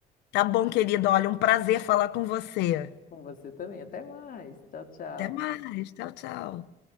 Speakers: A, on the left; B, on the left.
A: Tá bom, querida, olha, um prazer falar com você.
B: Com você também. Até mais. Tchau, tchau.
A: Até mais, tchau, tchau.